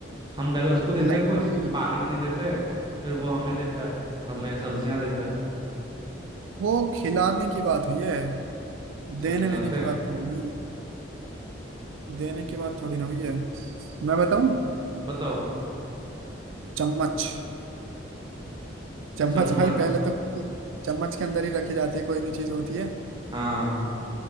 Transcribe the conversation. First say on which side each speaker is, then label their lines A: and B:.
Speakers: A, on the right; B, on the right.
A: हम पहले उसको देते
B: नहीं
A: हैं कुछ
B: भाई
A: पानी वानी देते हैं फिर वो हमें देता है हमें सब्जियां देता है
B: वो खिलाने की बात हुई है
A: अच्छा
B: देने
A: खिलाते
B: वेने की
A: हैं
B: बात थोड़ी हुई है। देने की बात थोड़ी ना हुई है मैं बताऊं
A: हम्म, बताओ
B: चम्मच चम्मच
A: चम्मच
B: भाई पहले तो चम्मच के अंदर ही रखी जाती है कोई भी चीज होती है
A: हाँ